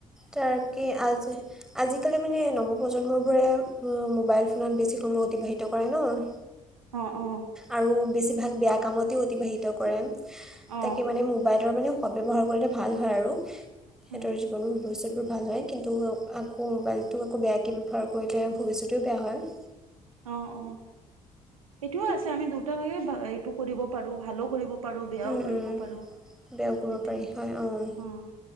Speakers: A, in the centre; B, on the right.
A: তাৰকে আজি আজিকালি মানে নৱপ্ৰজন্মবোৰে মোবাইল ফোনত বেছি সময় অতিবাহিত কৰে ন। <inaudible>
B: অ অ
A: আৰু বেছিভাগ বেয়া কামতে অতিবাহিত কৰে।
B: অ
A: তাকে মানে মোবাইলৰ মানে সতব্যৱহাৰ লে ভাল হয় আৰু সিহঁতৰ
B: অ
A: জীৱন ভৱিষ্যতবোৰ ভাল হয় কিন্তু আকৌ মোবাইলটো আকৌ বেয়াকৈ ব্যৱহাৰ কৰিলে ভৱিষ্যতেও বেয়া হয়।
B: অ', অ', সেইটোও আছে আমি দুটা ভাগে এইটো কৰিব পাৰো ভালো কৰিব পাৰো বেয়াও
A: উম,
B: কৰিব
A: উম,
B: পাৰো সেইটোৱে
A: বেয়াও কৰিব পাৰি হয় অঁ
B: অ'।